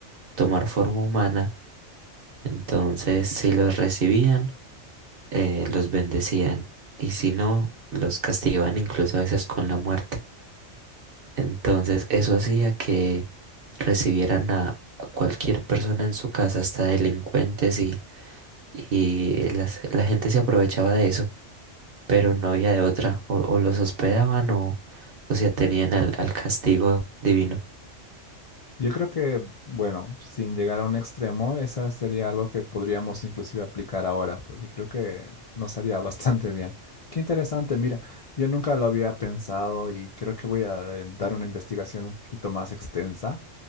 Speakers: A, on the right; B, on the left.
A: tomar forma humana, entonces si los recibían, eh, los bendecían y si no, los castigaban incluso a veces con la muerte. Entonces eso hacía que recibieran a cualquier persona en su casa, hasta delincuentes y, y las- la gente se aprovechaba de eso, pero no había de otra, o, o los hospedaban o, o se atenían al, al castigo divino.
B: Yo creo que, bueno, sin llegar a un extremo, esa sería algo que podríamos inclusive aplicar ahora, porque creo que nos haría <laughs> bastante bien. Qué interesante, mira, yo nunca lo había pensado y creo que voy a eh, dar una investigación un poquito más extensa